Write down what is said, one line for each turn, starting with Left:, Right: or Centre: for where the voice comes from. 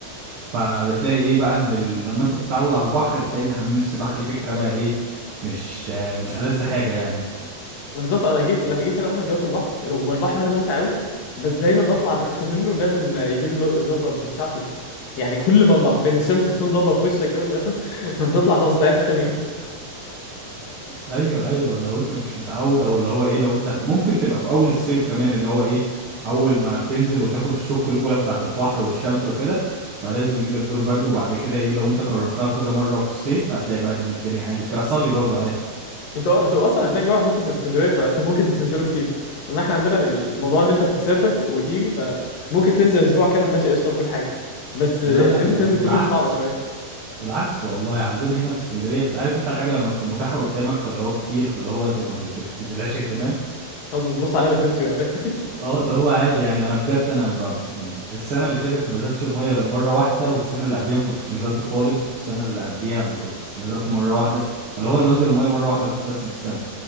Right: فبتلاقي ايه بقى ان ال- لما انت بتتعود على البحر بتلاقي ان حمام السباحة دي فكرة بقى ايه مش آه، مش ألذ حاجة يعني
Left: بالظبط انا جيت لما جيت هنا اصلا جوه البحر هو البحر هنا ممتع قوي بس دايما بطلع من- <laughs> منه لازم يجي لي دوبه ده مش عارف ليه يعني كل ما بروح فين الشمس بتكون ضابه في وشك كده فاهم <laughs> فبتطلع خلاص تعبت تاني يوم
Right: ايوه ايوه لو انت مش متعود او اللي هو ايه لو انت خ- ممكن تبقى في اول الصيف كمان اللي هو ايه اول ما بتنزل وتاخد الشوك الاولى بتاعة البحر والشمس وكده فلازم يجيلك دور برد وبعد كده ايه لو انت كررتها كذا مرة في الصيف هتلاقي بقى ان الدنيا عادي بتحصل لي برضو عادي
Left: انتوا انتوا اصلا عشان جو عندكم في اسكندريه فممكن بتنزلوا كتير اما احنا عندنا الموضوع ان انت بتسافر وتيجي فممكن تنزل اسبوع كامل ماشي قشطه بكل حاجه بس ان
Right: لا لا
Left: انت
Right: ب-
Left: تنزل كل
Right: بالعكس
Left: يوم صعبه شويه
Right: بالعكس والله عندنا هنا في اسكندريه بس عارف انت الحاجه لما تكون متاحه قدامك فاللي هو كتير فاللي هو انت ما بت- بتديلهاش اهتمام
Left: خلاص بتبص عليها وتمشي بقى فاهم
Right: اه اللي هو عادي يعني انا بجد انا ب... السنه اللي فاتت ما نزلتش الميه غير مره واحده والسنه اللي قبليها ما كنتش نزلت خالص والسنه اللي قبليها ما كنت نزلت مره واحده فاللي هو انا بنزل الميه مره واحده بس بس في السنه